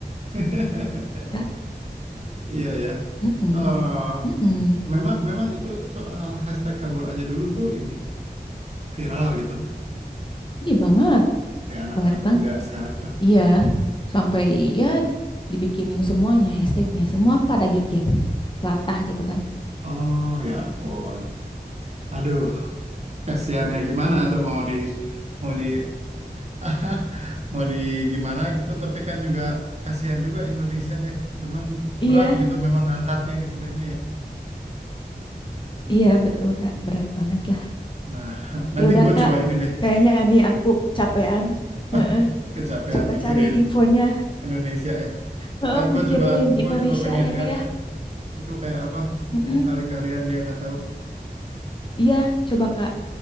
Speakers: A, on the right; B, on the left.
A: <laughs>
B: Kak.
A: Iya ya.
B: Mm-mm,
A: Oh,
B: mm-mm.
A: memang memang itu soal hashtag kabur aja dulu tuh ini viral gitu.
B: Iya banget,
A: di anak-anak
B: banget banget.
A: muda sekarang tuh.
B: Iya, sampai ya dibikinin semuanya hashtagnya, semua pada bikin latah gitu kan.
A: Oh ya ampun. Aduh, kasihannya gimana tuh mau di mau di <laughs> mau di gimana gitu tapi kan juga kasihan juga Indonesia ya. Cuman
B: Iya,
A: berat gitu memang angkatnya gitu kayaknya ya. <laughs>
B: iya betul Kak, berat banget lah.
A: Nah, nanti
B: Ya udah
A: gue
B: Kak,
A: coba ini deh.
B: kayaknya ini aku kecapean.
A: <laughs>
B: Heeh,
A: Kecapean
B: Coba
A: mikirin
B: cari infonya.
A: Indonesia ya.
B: Heeh,
A: Ntar gue
B: mikirin
A: coba gue
B: Indonesia
A: coba pengen
B: ya
A: lihat
B: Kak ya.
A: ah itu kayak apa
B: Mm-mm.
A: yang kali kalian dia nggak tahu.
B: Iya, coba Kak,